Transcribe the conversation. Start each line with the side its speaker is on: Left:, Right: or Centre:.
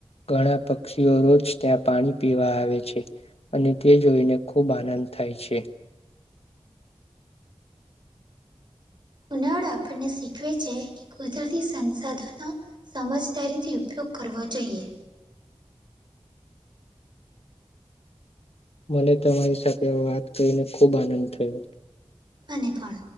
Left: ઘણા પક્ષીઓ રોજ ત્યાં પાણી પીવા આવે છે. અને તે જોઈને ખૂબ આનંદ થાય છે.
Right: ઉનાળો આપણને શીખવે છે કે કુદરતી સંસાધનો સમજદારીથી ઉપયોગ કરવો જોઈએ.
Left: મને તમારી સાથે વાત કરી ને ખૂબ આનંદ થયો.
Right: મને પણ.